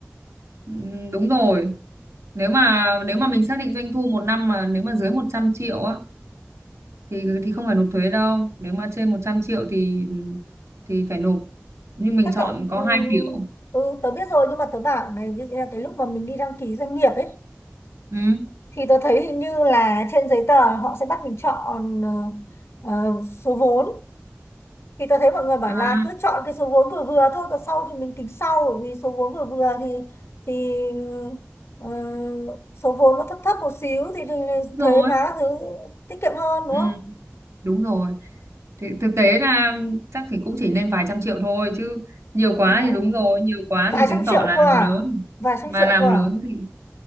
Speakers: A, on the right; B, on the left.
A: Ừ, đúng rồi nếu mà nếu mà mình xác định doanh thu một năm mà nếu mà dưới 100 triệu á thì thì không phải nộp thuế đâu nếu mà trên 100 triệu thì thì phải nộp nhưng mình
B: Thế
A: chọn
B: cậu
A: có
B: ừm,
A: hai kiểu
B: ừ, tớ biết rồi nhưng mà tớ bảo này ví dụ như là cái lúc mà mình đi đăng ký doanh nghiệp ấy
A: ừ
B: thì tớ thấy hình như là trên giấy tờ họ sẽ bắt mình chọn ờ, ờ, số vốn thì tớ thấy mọi người bảo
A: à
B: là cứ chọn cái số vốn vừa vừa thôi còn sau thì mình tính sau bởi vì số vốn vừa vừa thì thì ờ, số vốn nó thấp thấp một xíu thì, thì
A: đúng
B: thuế
A: rồi
B: má thứ tiết kiệm hơn đúng
A: ừ
B: không?
A: đúng rồi thì thực tế là chắc thì cũng chỉ lên vài trăm triệu thôi chứ nhiều quá
B: À,
A: thì đúng rồi nhiều quá
B: vài
A: thì chứng
B: trăm
A: tỏ
B: triệu
A: là
B: cơ
A: làm
B: à?
A: lớn
B: Vài trăm
A: mà
B: triệu
A: làm
B: cơ à?
A: lớn thì